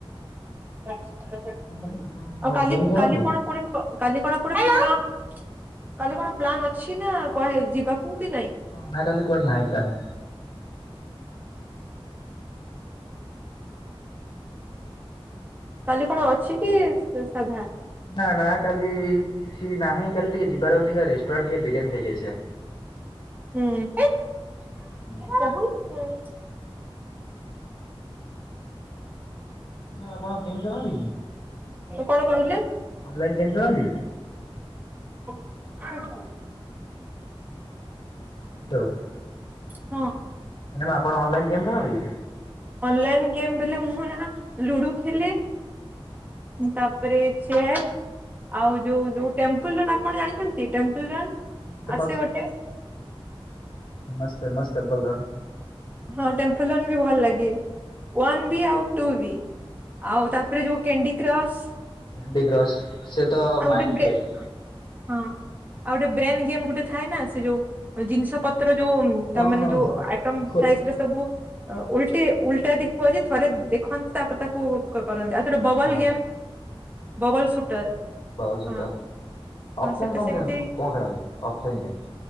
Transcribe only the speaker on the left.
ଆଚ୍ଛା ମ୍ୟାମ୍ ଆପଣ ଆଉ
ଗେମ୍ ଖେଳନ୍ତି?
ନାଇଁ କାଲି କୁଆଡେ ନାହିଁ ପ୍ଲାନ୍।
ନା ନା କାଲି କିଛି ନାହିଁ କାଲି ଟିକେ ଯିବାର ଅଛି ଦେଖିଆ ରେଷ୍ଟୁରାଣ୍ଟ ଟିକେ ବିରିୟାନୀ ଖାଇକିଆସିବା।
ହୁଁ।
ମ୍ୟାମ ଆପଣ ଗେମ୍ ଖେଳନ୍ତି କି।
ଅନଲାଇନ୍ ଗେମ୍ ଖେଳନ୍ତି।
<unintelligible>
ମ୍ୟାମ୍ ଆପଣ ଅନଲାଇନ୍ ଗେମ୍ ଖେଳନ୍ତିକି।
ଫେମସ୍
Famous famous temple run.
Candy cross. ସେ ତ
ମାଇଣ୍ଡ
ପ୍ଲେଇଙ୍ଗ।
ହଁ
ହଁ
ଖୋ
ହଁ।
Bubble shooter
ଅଫଲାଇନ୍
କମ୍
ଗେମ୍ କଣ ଖେଳନ୍ତି ଅଫଲାଇନ୍ ଗେମ୍।